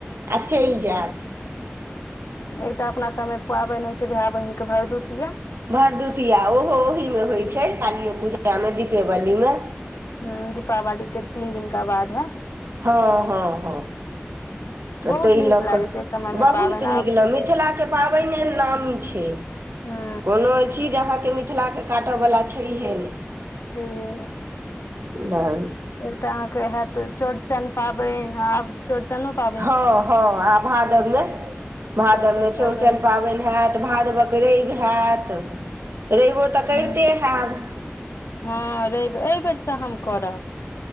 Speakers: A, on the right; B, on the left.
A: आ चलि जायत
B: एकटा अपना सबमे पाबनि होय छै भाय बहिन के भरदुतिया
A: भरदुतिया ओहो ओहीमे होइ छै कालीेए पूजा मे दीपेवली मे
B: ह दीपावलीक के तीन दिनका बाद होयत
A: हँ हँ हँ तऽ
B: बहुत
A: ताहि
B: नीक
A: लऽ
B: लागै
A: कऽ
B: छै समय मे
A: बहुत
B: पाबनि
A: नीक
B: आब
A: लग मिथिला के पाबइने नामी छै
B: हूँ
A: कोनो चीज अहाँके मिथिला के काटऽ बला छैहे नइ
B: छै नइ
A: नइ
B: फेर ते अहाँ के हायत चौड़चन पाबेन आब चौड़चनो पाबेन
A: हँ हँ आ भादव मे भादव
B: चौड़चन
A: मे
B: पाबनि
A: चौरचन पाबैन होयत भादवक रवि होयत रइबो तऽ करिते
B: ह
A: हैब
B: हँ रइब एहि बेेरसँ हम करब